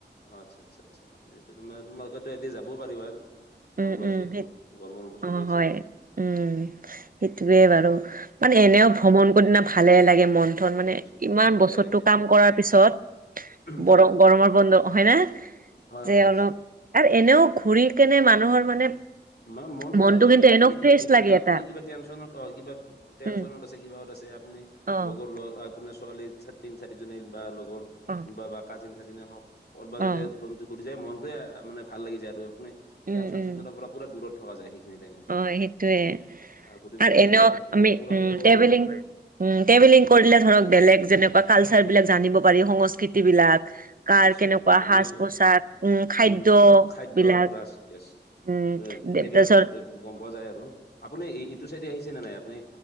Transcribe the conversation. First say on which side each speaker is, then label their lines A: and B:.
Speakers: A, on the left (about 60°); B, on the right (about 50°).
A: অহ আচ্ছা আচ্ছা আচ্ছা তোমালোক এদিন যাবও পাৰিবা
B: উম
A: বন্ধ
B: উম
A: যিহেতু
B: সেই
A: গৰমৰ বন্ধ
B: অ',
A: চলি
B: হয়,
A: আছে
B: উম সেইটোৱে বাৰু মানে এনেও
A: হয়
B: ভ্ৰমণ কৰি না ভালে লাগে মন ধৰ মানে
A: নিশ্চয়
B: ইমান
A: ভালেই
B: বছৰটো
A: লাগে
B: কাম কৰাৰ পিছত
A: তাকে
B: গৰম গৰমৰ বন্ধ হয় নে
A: হয়
B: যে
A: হয় নিশ্চয়
B: অলপ আৰু এনেও ঘূৰি কেনে মানুহৰ মানে
A: মানে মনতো
B: মনটো
A: ভাল লাগি
B: কিন্তু
A: যায়
B: এনেও
A: আপুনি কিবা
B: ফ্ৰেছ
A: ডি অহ
B: লাগে এটা।
A: আপুনি কিবা টেনচনত অহ কিবা টেনচনত
B: উম,
A: আছে কিবাহত আছে আপুনি
B: অ',
A: লগৰ লগত আপোনাৰ ছোৱালী তিনি চাৰিজনী বা লগৰ
B: অ',
A: কোনোবা বা কাজিন তাজিনে হওঁক কৰ'বাৰ
B: অ',
A: যদি ফূৰ্তি যায় মনটোৱে মানে ভাল লাগি যায়, আৰু তোৰ মানে
B: উম,
A: টেনচন-সেনচন
B: উম,
A: পৰা পোৰা দূৰত থকা যায় সেইখিনি টাইমত
B: অ',
A: অন্তত
B: সেইটোয়ে
A: অহ, ঘূৰ-ফুৰা
B: আৰু এনেও
A: কৰা ঘুৰা-ফুৰা
B: আমি উম,
A: কৰিব
B: ট্ৰেভেলিং
A: লাগে মানুহে।
B: উম ট্ৰেভেলিং কৰিলে, ধৰক বেলেগ যেনেকোৱা কালচাৰ বিলাক জানিব পাৰি, সংস্কৃতি বিলাক। কাৰ
A: নিশ্চয়
B: কেনেকুৱা
A: নিশ্চয়
B: সাজ
A: নিশ্চয়।
B: পোছাক উম খাদ্য
A: হুম হুম খাদ্যৰ
B: বিলাক
A: পৰা য়েছ
B: উম দে
A: সেইবিলাক
B: পে চৰ
A: দ- গ'ম পোৱা যায় আৰু আপুনি‌ ই ই এইটো চাইডে আহিছে নে নাই আপুনি